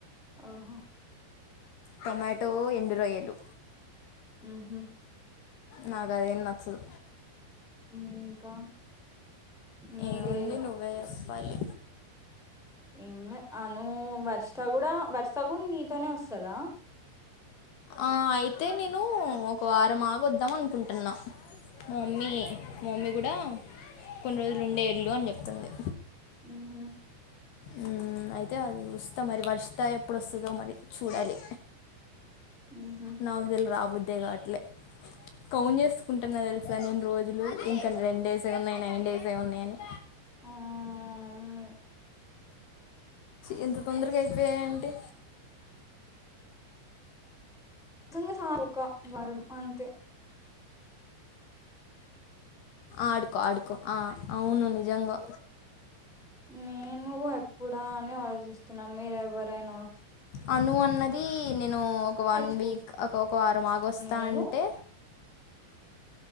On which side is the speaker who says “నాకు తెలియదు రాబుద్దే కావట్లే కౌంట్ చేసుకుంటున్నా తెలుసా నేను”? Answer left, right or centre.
Left